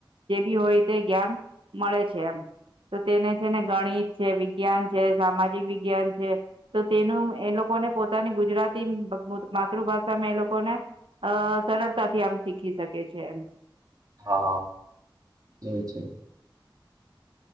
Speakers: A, on the right (about 90°); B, on the right (about 45°).
A: જે બી હોય તે જ્ઞાન મળે છે એમ તો તેને છે ને ગણિત છે વિજ્ઞાન છે સામાજિક વિજ્ઞાન છે તો તેનું એ લોકો લોકોને પોતાની ગુજરાતી માતૃભાષામાં એ લોકોને અ સરળતાથી આમ શીખી શકે છે એમ.
B: હા એ છે.